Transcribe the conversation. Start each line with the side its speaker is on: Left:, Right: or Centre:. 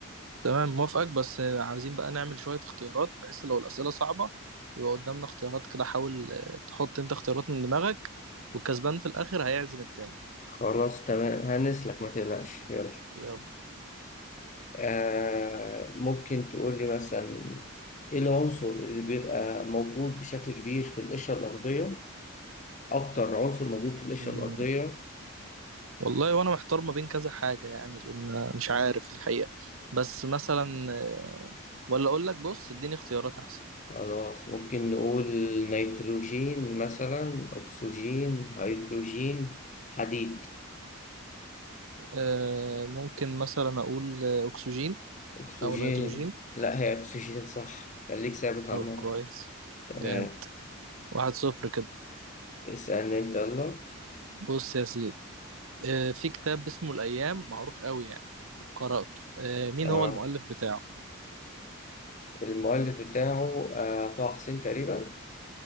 Right: تمام موافقك بس عاوزين بقى نعمل شوية اختيارات بحيث لو الأسئلة صعبة يبقى قدامنا اختيارات كده حاول آه، تحط انت اختيارات من دماغك والكسبان في الآخر هيعزم التاني
Left: خلاص تمام هنسلك ما تقلقش يلا
Right: يلا
Left: آه ممكن تقول لي مثلا ايه العنصر اللي بيبقى موجود بشكل كبير في القشرة الأرضية أكتر عنصر موجود في القشرة
Right: مم،
Left: الأرضية
Right: والله وانا محتار ما بين كذا حاجة يعني لأن مش عارف الحقيقة بس مثلا آه، ولا أقول لك بص اديني اختيارات أحسن
Left: خلاص ممكن نقول نيتروجين مثلا أكسجين هيدروجين حديد
Right: آه، ممكن مثلا أقول آه، أكسجين
Left: أكسجين
Right: أو نيتروجين
Left: لا هي أكسجين صح خليك ثابت على
Right: طب
Left: النقطة
Right: كويس
Left: تمام
Right: جامد واحد صفر كده
Left: اسألني أنت يلا
Right: بص يا سيدي آه، في كتاب اسمه الأيام معروف قوي يعني قرأته آه مين
Left: آه.
Right: هو المؤلف بتاعه
Left: المؤلف بتاعه آه. طه حسين تقريبا